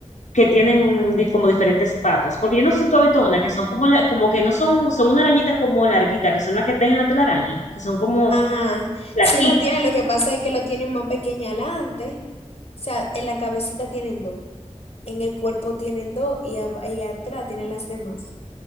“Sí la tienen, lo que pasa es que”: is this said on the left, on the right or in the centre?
Left